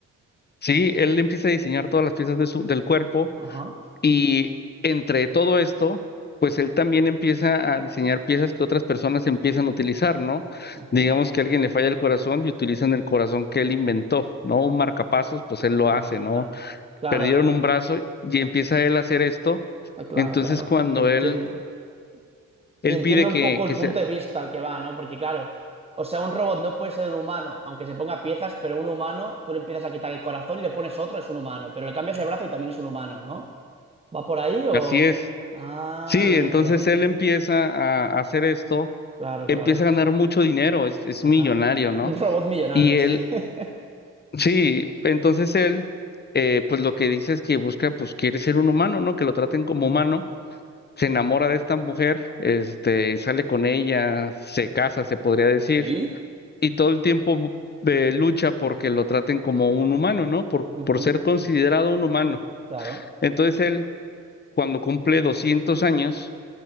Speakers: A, on the left; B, on the right.
A: sí, él empieza a diseñar todas las piezas de su, del cuerpo
B: Ajá.
A: Y entre todo esto, pues él también empieza a diseñar piezas que otras personas empiezan a utilizar, ¿no?
B: ujú.
A: Digamos que a alguien le falla el corazón y utilizan el corazón que él inventó, ¿no? Un marcapasos, pues él lo
B: Ah,
A: hace,
B: mira.
A: ¿no?
B: Claro,
A: Perdieron un brazo y empieza él a hacer esto.
B: ah, claro,
A: Entonces
B: claro.
A: cuando
B: Entiendo.
A: él,
B: Sí,
A: él
B: entiendo
A: pide que,
B: un poco el
A: que
B: punto
A: sea,
B: de vista al que va, ¿no? Porque claro, o sea, un robot no puede ser un humano, aunque se ponga piezas, pero un humano, tú le empiezas a quitar el corazón y le pones otro, es un humano, pero le cambias el brazo y también es un humano, ¿no? ¿Va por ahí o...?
A: así es.
B: Ah,
A: Sí,
B: amigo.
A: entonces él empieza a a hacer esto,
B: Claro,
A: empieza
B: claro.
A: a ganar mucho dinero, es, es
B: Ajá.
A: millonario, ¿no?
B: Un robot millonario,
A: Y
B: es
A: él
B: que. <laughs>
A: Sí, entonces él, eh, pues lo que dice es que busca, pues quiere ser un humano, ¿no? Que lo traten como humano, se enamora de esta mujer, este, sale con ella, se casa, se podría decir,
B: ¿Y?
A: y todo el tiempo bu- eh, lucha porque lo traten como un humano, ¿no? Por,
B: Ujú,
A: por ser considerado un humano.
B: Claro,
A: Entonces él, cuando cumple 200 años,